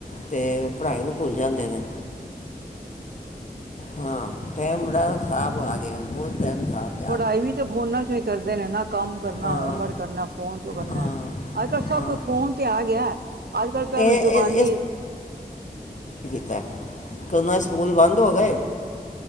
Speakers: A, on the left (about 50°); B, on the right (about 70°).
A: ਤੇ ਪੜ੍ਹਾਈ ਵੀ ਭੁੱਲ ਜਾਂਦੇ ਨੇ। ਹਾਂ, ਟੇਮ ਬੜਾ ਖਰਾਬ ਆ ਗਿਆ, ਬਹੁਤ ਟੇਮ ਖਰਾਬ ਏ।
B: ਪੜ੍ਹਾਈ ਵੀ ਤਾਂ ਫੋਨਾਂ ਚੋਂ ਹੀ ਕਰਦੇ ਨੇ ਨਾ, ਕੰਮ ਕਰਨਾ,
A: ਹਾਂ
B: ਹੋਮਵਰਕ ਕਰਨਾ ਫੋਨ 'ਚੋਂ ਕਰਨਾ।
A: ਹਾਂ
B: ਅੱਜ ਕੱਲ, ਸਭ
A: ਹਾਂ
B: ਕੋਈ ਫੋਨ ਤੇ ਆ ਗਿਆ। ਅਜ ਕੱਲ ਭਹਿਲੋ
A: ਇਹ ਇਹ
B: ਜਬਾਨੀ
A: ਤੇ, ੳਨਾ ਦੇ ਸਕੂਲ ਬੰਦ ਹੋ ਗਏ।